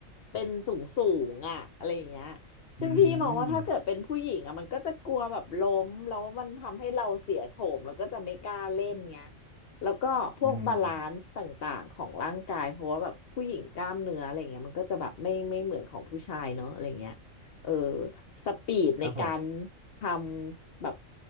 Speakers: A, on the left; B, on the right.
A: เป็นสูงสูงอ่ะอะไรอย่างเงี้ยซึ่งพี่มองว่าถ้าเกิดเป็นผู้หญิงอ่ะมันก็จะกลัวแบบล้มแล้วมันทำให้เราเสียโฉมแล้วก็จะไม่กล้าเล่นเงี้ย
B: อืม
A: แล้วก็พวกบาลานซ์ต่างๆของร่างกายเพราะว่าแบบผู้หญิงกล้ามเนื้ออะไรเงี้ยมันก็จะแบบไม่ไม่เหมือนของผู้ชายเนาะอะไรเงี้ย
B: อืม
A: เออสปีดในการ
B: ครับผม
A: ทำแบบ